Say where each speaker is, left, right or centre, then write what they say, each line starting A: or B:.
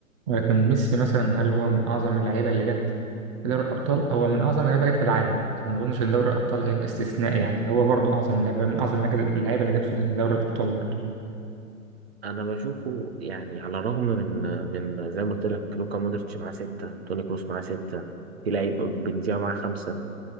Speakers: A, on the right; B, on the right.
A: ولكن ميسي مثلا هل هو من أعظم اللعيبة اللي جت في دوري الأبطال؟ هو من أعظم اللعيبة جت في العالم فما أظنش إن دوري الأبطال هيبقى استثناء يعني هو برضو أعظم لعيبة من أعظم اللعيبة اللي جت في دوري الأبطال برضو
B: انا بشوفه يعني على الرغم من من زي ما قلت لك لوكا مودريتش معاه ستة توني كروس معاه ستة في لعيب بنزيما معاه خمسة